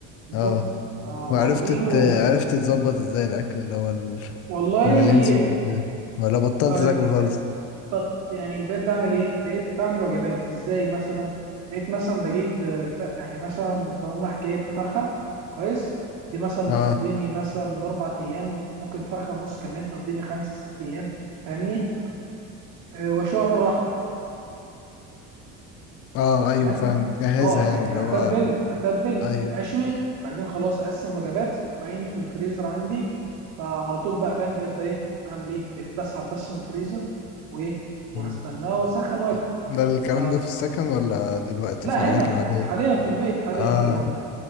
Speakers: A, on the right; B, on the left.
A: بالظبط
B: اه
A: آه،
B: وعرفت
A: معليه
B: تت-
A: وم...
B: عرفت تظبط ازاي الاكل اللي هو ال-
A: والله
B: اللي مليان زيوت وكده ولا بطلت
A: آه،
B: تاكله خالص
A: بط يعني بقيت بعمل ايه بقيت بعمل وجبات ازاي مثلا بقيت مثلا بجيب آه، ب- يعني مثلا بقوم راح جايب فرخه كويس دي مثلا بتقضيني
B: اه
A: مثلا من اربع ايام ممكن فرخه ونص كمان تقضيني خمس ست ايام فاهمني أه واشويها مره واحده
B: اه ايوه
A: فاهم
B: فاهم بتجهزها
A: اه
B: يعني
A: يعني
B: اللي هو
A: اتبل اتبل
B: ايوه
A: اشوي بعدين خلاص اقسم وجبات واعين في الفريزر عندي فعلى طول بقى فاهم بقيت بقى ايه بعمل ايه بقيت بسحب بس من الفريزر وايه واستناه
B: مم.
A: واسخن واكل
B: ده الكلام
A: ف
B: ده في السكن ولا دلوقتي
A: لا
B: في حياتك
A: هنا
B: العادية
A: حاليا في البيت حاليا
B: اه
A: والله